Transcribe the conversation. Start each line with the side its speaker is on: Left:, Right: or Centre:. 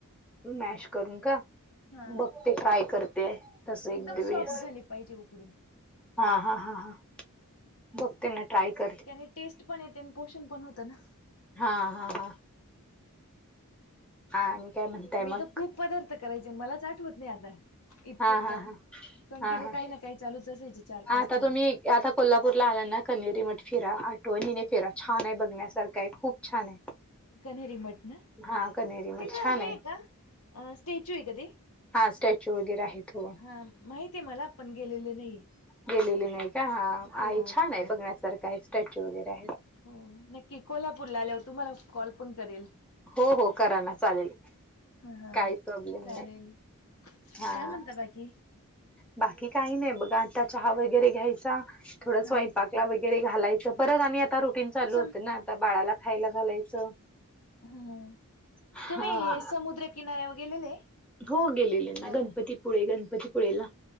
Centre: मॅश करून का
Left: हा
Centre: बघते ट्राय करते. तस एक
Left: एकदम
Centre: दिवस
Left: सॉफ्ट झाले पाहिजे उकडून.
Centre: हा हा हा हा. बघते ना ट्राय कर.
Left: त्याने टेस्ट पण येते, आणि पोषण पण होत ना.
Centre: हा हा हा आणि काय म्हणताय
Left: मी
Centre: मग
Left: तर खूप पदार्थ करायचे मलाच आठवत नाही आता. इतके
Centre: हा हा
Left: करा
Centre: हा
Left: कंटिन्यू
Centre: हा हा
Left: काही ना काही चालूच असायचे चार पाच
Centre: आता
Left: टाईप.
Centre: तुम्ही आता कोल्हापूरला आला ना कनेरी मठ फिरा आठवणीने फिरा छान आहे बघण्यासारखं. काय खूप छान आहे.
Left: कनहेरी मठ ना,
Centre: हा कनेरी मठ
Left: तिथं
Centre: छान
Left: हे आहे का स्टॅच्यू आहे का ते.
Centre: हा स्टॅच्यू वगैरे आहेत हो.
Left: हा माहिती आहे मला, पण गेलेले नाही.
Centre: गेलेली नाही का ह
Left: हो
Centre: आहे छान आहे बघण्यासारखा आहे स्टॅच्यू वगैरे आहे.
Left: हो नक्की कोल्हापूरला आल्यावर तुम्हाला कॉल पण करेल.
Centre: हो हो कराना चालेल
Left: ह हा
Centre: काही प्रॉब्लेम
Left: चालेल
Centre: नाही. हा
Left: काय म्हणता बाकी
Centre: बाकी काही नाही बघा आता चहा वगैरे घ्यायचा थोडा स्वयंपाक
Left: हा
Centre: वगैरे घालायचं परत आणि आता रुटीन चालू
Left: सम
Centre: होतं ना आता बाळाला खायला घालायचं. ते
Left: हा
Centre: हा
Left: तुम्ही समुद्र किनाऱ्यावर गेलेले
Centre: हो गेलेलेना
Left: फिरायला?
Centre: गणपती. पुळे गणपतीपुळेला.